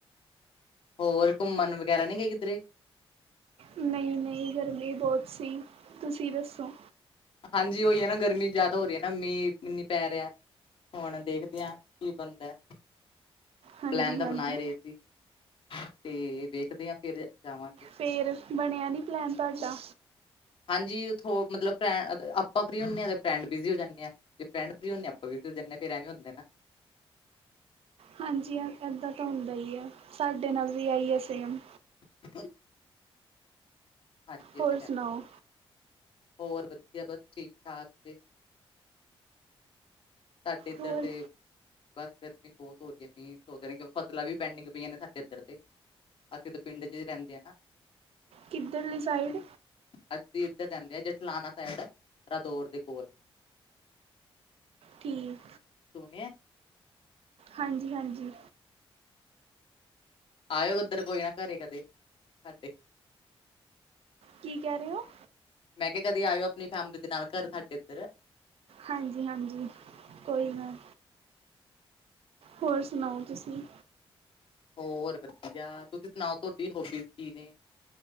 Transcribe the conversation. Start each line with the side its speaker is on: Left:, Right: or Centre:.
Left: ਹੋਰ ਘੁੰਮਣ ਵਗੈਰਾ ਨੀ ਗੇ ਕਿਧਰੇ?
Right: ਨਈ ਨਈ ਗਰਮੀ ਬਹੁਤ ਸੀ ਤੁਸੀ ਦੱਸੋ।
Left: ਹਾਂਜੀ ਓਈ ਏ ਨਾ ਗਰਮੀ ਜਾਦਾ ਹੋ ਰਹੀ ਹੈ ਨਾ ਮੀਂਹ ਨੀ ਪੈ ਰਿਹਾ। ਹੁਣ ਦੇਖਦੇ ਹਾਂ ਕੀ ਬਣਦਾ ਐ।
Right: ਹਾਂਜੀ
Left: ਪਲੈਨ ਤਾਂ
Right: ਹਾਂਜੀ
Left: ਬਣਾਏ ਰਹੇ ਸੀ ਤੇ ਵੇਖਦੇ ਹਾਂ ਫਿਰ ਜਾਵਾਂਗੇ।
Right: ਫਿਰ ਬਣਿਆ ਨਹੀਂ ਪਲੈਨ ਤੁਹਾਡਾ
Left: ਹਾਂਜੀ ਉਥੋ ਮਤਲਬ ਆਪਾਂ ਫਰੀ ਹੁੰਦੇ ਹਾਂ ਅਤੇ ਫਰੈਂਡ ਬਿਜ਼ੀ ਹੋ ਜਾਂਦੇ ਆ ਜੇ ਫਰੈਂਡ ਫਰੀ ਹੁੰਦੇ ਆਪਾਂ ਵੀ ਚ ਜਾਂਦੇ ਰਹਿੰਦੇ ਹੁੰਦੇ ਨਾ
Right: ਹਾਂਜੀ ਇੱਦਾਂ ਤਾਂ ਹੁੰਦਾ ਹੀ ਹੈ ਸਾਡੇ ਨਾਲ ਵੀ ਇਹੀਓ ਸੇਮ
Left: <unintelligible> ਹਾਂਜੀ ਏਹ
Right: ਹੋਰ
Left: ਤੇ
Right: ਸੁਣਾਓ
Left: ਗੱਲ ਹੈ। ਹੋਰ ਵਧੀਆ ਬਸ ਠੀਕ ਠਾਕ ਜੇ। ਸਾਡੇ ਏਧਰ
Right: ਹੋਰ
Left: ਦੇ ਬਸ ਫਿਰ ਬੋਤ ਹੋ ਰਹੀਆਂ ਸੋਚਦੇ ਕਿ ਫਸਲਾਂ ਵੀ ਪੈਂਡਿੰਗ ਪਈਆਂ ਨੇ ਸਾਡੇ ਏਧਰ ਤੇ। ਅਸੀ ਤੇ ਪਿੰਡ ਚ ਈ ਰਹਿੰਦੇ ਆ ਨਾ।
Right: ਕਿੱਧਰ ਲੀ ਸਾਈਡ?
Left: ਅਸੀ ਏਧਰ ਰਹਿੰਦੇ ਆ ਜੇਠਲਾਨਾ ਸਾਈਡ ਰਾਦੌਰ ਦੇ ਕੋਲ।
Right: ਠੀਕ।
Left: ਸੋ ਗਿਆ
Right: ਹਾਂਜੀ ਹਾਂਜੀ।
Left: ਆਇਓ ਏਧਰ ਕੋਈ ਨਾ ਘਰੇ ਕਦੇ ਸਾਡੇ।
Right: ਕੀ ਕਹਿ ਰਹੇ ਹੋ?
Left: ਮੈਂ ਕਿਹਾ ਕਦੇ ਆਇਓ ਅਪਣੀ ਫੈਮਿਲੀ ਦੇ ਨਾਲ ਘਰ ਸਾਡੇ ਏਧਰ।
Right: ਹਾਂਜੀ ਹਾਂਜੀ ਕੋਈ ਨਾ। ਹੋਰ ਸੁਣਾਓ ਤੁਸੀ।
Left: ਹੋਰ ਵਧੀਆ ਤੁਸੀ ਸੁਣਾਓ ਤੁਹਾਡੀ ਹੋਬੀਸ ਕੀ ਨੇ?